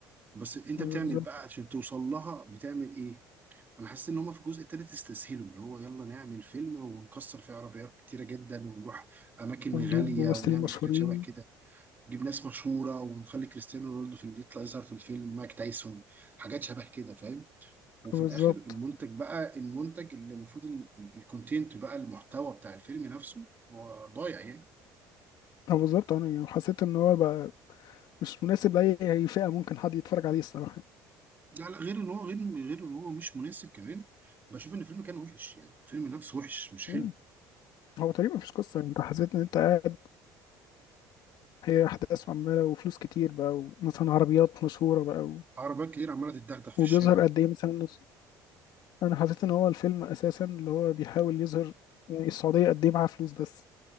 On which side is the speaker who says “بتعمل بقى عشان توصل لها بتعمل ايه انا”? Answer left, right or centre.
Right